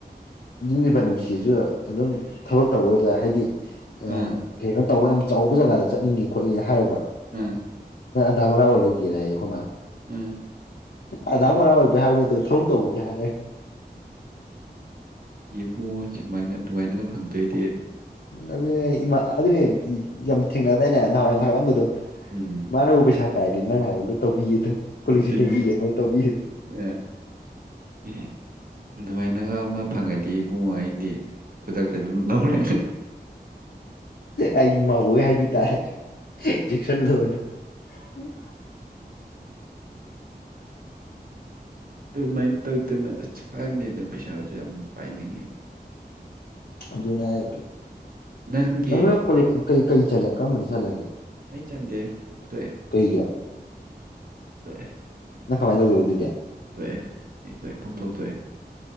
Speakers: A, on the left; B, on the right.
A: ꯎꯝ ꯕ ꯅꯨꯡꯁꯤꯁꯨ ꯑꯗꯨꯝ ꯊꯕꯛ ꯇꯧꯕꯗ ꯍꯥꯏꯗꯤ ꯑ
B: ꯑꯥ
A: ꯐꯦꯅ ꯇꯧꯕ ꯌꯥꯝ ꯆꯥꯎꯕ ꯖꯒꯥꯗ ꯆꯠꯅꯤꯡꯉꯦ ꯈꯣꯠꯅꯤꯡꯉꯦ ꯍꯥꯏꯔꯨꯕ
B: ꯑꯥ
A: ꯗꯃꯔꯥꯎꯜ ꯒꯔ ꯈꯨ ꯃꯥꯜ
B: ꯎꯝ
A: ꯑꯙꯥ ꯃꯣꯔꯥ ꯑꯣꯏꯕꯦ ꯍꯥꯏꯕ ꯅ ꯑꯗꯨ ꯊꯕꯛ ꯇꯧꯕꯒꯤꯦ ꯍꯥꯏꯔꯒꯦ
B: ꯄꯕꯨꯡꯉꯣ ꯁꯨꯃꯥꯏꯅ ꯑꯗꯨꯃꯥꯏꯅꯒ ꯐꯪꯗꯣꯏꯗꯤ
A: ꯑꯗꯨꯅꯦ ꯏꯃꯥ ꯑꯗꯨꯅꯦ ꯌꯥꯝ ꯊꯦꯡꯅꯗꯥꯏꯅꯦ ꯅꯍꯥꯟꯋꯥꯏ ꯌꯥꯝ ꯊꯥꯒꯠꯂꯝꯕꯗꯣ
B: ꯎꯝ
A: ꯃꯥꯅꯕꯨ ꯄꯩꯁꯥ ꯐꯔꯗꯤ ꯅꯪ ꯍꯥꯏꯕ ꯂꯣꯏ ꯇꯧꯕꯤꯒꯗꯣ ꯄꯨꯂꯤꯁꯤ
B: ꯑꯗꯨꯅꯦ
A: ꯐꯕꯤ
B: ꯑꯩꯁꯨ
A: ꯃ ꯇꯧꯕꯤ
B: ꯑꯥ ꯏꯁ ꯑꯗꯨꯃꯥꯏꯅꯒ ꯑꯃ ꯐꯪꯉꯗꯤ ꯏꯕꯨꯡꯉꯣ ꯑꯩꯗꯤ ꯈꯨꯗꯛꯇ ꯑꯗꯨꯝ ꯂꯧꯔꯦ
A: ꯑ ꯃꯥꯕꯨ ꯍꯥꯏꯕꯤ ꯇꯔ ꯏꯟꯖꯦꯛꯁꯟ ꯂ <unintelligible>
B: ꯃ ꯇꯧꯗꯅ ꯑꯁ ꯀꯥꯟꯗ ꯑꯗꯨꯝ ꯄꯩꯁꯥꯁꯨ ꯌꯥꯝ ꯄꯥꯏꯅꯤꯡꯉꯤ
A: ꯑꯗꯨꯅꯦꯩ
B: ꯅꯪꯒꯤ
A: ꯀꯔꯝꯕꯗ
B: ꯑꯩ
A: ꯆꯠꯂꯒꯦ
B: ꯑꯩ ꯆꯠꯗꯦ ꯑꯩ ꯇꯣꯛꯑꯦ
A: ꯀꯩꯒꯤ
B: ꯇꯣꯛꯑꯦ
A: ꯅꯪꯥꯏꯕꯗꯌꯥ
B: ꯇꯣꯛꯑꯦ ꯑꯩ ꯇꯦ ꯄꯥꯡꯊꯣꯛ ꯇꯣꯛꯑꯦ